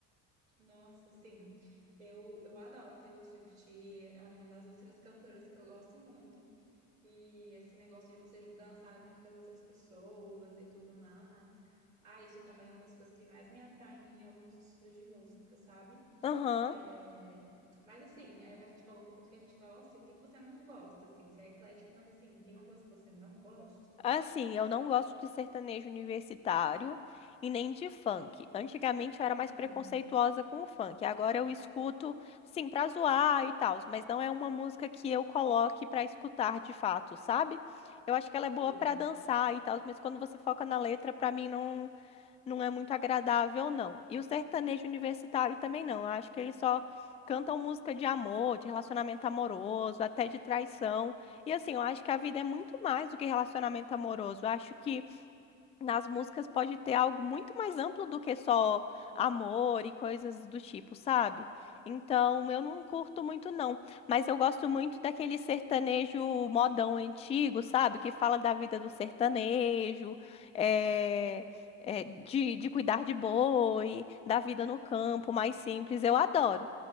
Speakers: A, on the right; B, on the left.
A: Nossa, sim. Eu, eu adoro Taylor Swift, é uma das outras cantoras que eu gosto muito. E esse negócio de você dançar junto com as outras pessoas e tudo mais. Ah, isso também é uma das coisas que mais me atraem em alguns estilos de música, sabe?
B: Aham.
A: É, Mas assim, é, a gente falou um pouco do que a gente gosta e o que que você não gosta, assim. Você é eclético, mas assim, tem alguma coisa que você não goste?
B: Assim, eu não gosto de sertanejo universitário e nem de funk. Antigamente eu era mais
A: Uhum,
B: preconceituosa com o funk. Agora eu escuto, sim, pra zoar e tal, mas não é uma música que eu coloque pra escutar de fato, sabe? Eu acho que ela é
A: sei.
B: boa pra dançar e tal, mas quando você foca na letra, pra mim não não é muito agradável, não. E o sertanejo universitário também não. Eu acho que eles só cantam música de amor, de relacionamento amoroso, até de traição. E assim, eu acho que a vida é muito mais do que relacionamento amoroso. Eu acho que nas músicas pode ter algo muito mais amplo do que só amor e coisas do tipo, sabe? Então, eu não curto muito, não. Mas eu gosto muito daquele sertanejo modão antigo, sabe? Que fala da vida do sertanejo, é, é, de, de cuidar de boi, da vida no campo,
A: Uhum.
B: mais simples. Eu adoro.